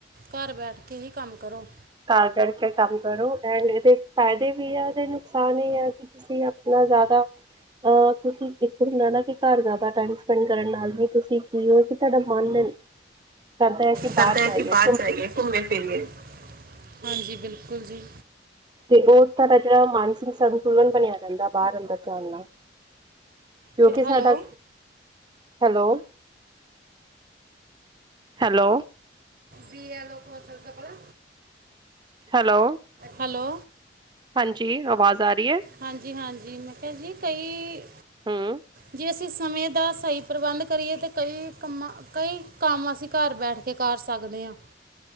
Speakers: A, on the right; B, on the right.
A: ਘਰ ਬੈਠ ਕੇ ਹੀ ਕੰਮ ਕਰੋ।
B: ਘਰ ਚੜ ਕੇ ਕੰਮ ਕਰੋ ਐਂਡ ਏਦੇ ਫੈਦੇ ਵੀ ਆ ਏਦੇ ਨੁਕਸਾਨ ਵੀ ਆ ਕੇ ਤੁਸੀਂ ਆਪਨਾ ਜਾਦਾ ਅਹ ਕਿਓਂਕਿ ਇੱਕੋ ਹੁੰਦਾ ਨਾ ਕੀ ਘਰ ਜਾਦਾ ਟਾਈਮ ਸਪੈਂਡ ਕਰਨ ਨਾਲ ਵੀ ਤੁਸੀਂ ਕੀ ਓ ਸਾਡਾ ਮਨ ਦਿਨ ਕਰਦਾ ਕਿ
A: ਕਰਦਾ
B: ਬਾਹਰ
A: ਐ
B: ਜਾਈਏ
A: ਕੀ ਬਾਰ ਜਾਈਏ ਘੁੰਮੇ ਫਿਰੀਏ, ਹਾਂਜੀ ਬਿਲਕੁਲ ਜੀ।
B: ਤੇ ਓ ਤਾਡਾ ਜੇੜਾ ਮਾਨਸਿਕ ਸੰਤੁਲਨ ਬਨੇਆ ਰੈਂਦਾ ਬਾਰ ਅੰਦਰ ਜਾਨ ਨਾਲ। ਕਿਓਂਕਿ
A: ਕ- ਹੈਲੋ
B: ਸਾਡਾ, ਹੈਲੋ ਹੈਲੋ
A: ਵੀ ਆ ਲੋਕ ਅਸਲ ਕਪੜਾ
B: ਹੈਲੋ,
A: ਹੈਲੋ,
B: ਹਾਂਜੀ ਆਵਾਜ਼ ਆਰੀ ਐ।
A: ਹਾਂਜੀ-ਹਾਂਜੀ ਮੈਂ ਕਿਆ ਜੀ ਕਈ
B: ਹਮ
A: ਜੇ ਅਸੀਂ ਸਮੇਂ ਦਾ ਸਈ ਪ੍ਰਬੰਧ ਕਰੀਏ ਤਾਂ ਕਈ ਕੰਮਾਂ ਕਈ ਕੰਮ ਅਸੀਂ ਘਰ ਬੈਠ ਕੇ ਕਰ ਸਕਦੇ ਆਂ,